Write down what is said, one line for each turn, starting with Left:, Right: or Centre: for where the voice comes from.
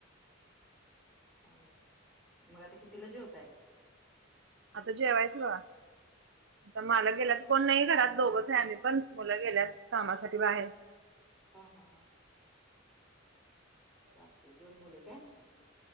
Centre: हां नाहीं मंग आंता कितीला जेवतांय
Right: आंता जेवायचं तरं मलां गेल्यां तरं कोणं नाहीं घरांत दोघंच आहे आम्हीं पणं मुलं गेल्यांत कामांसाठी बाहेर
Centre: हं हं हं चालतें दोन मुली कायं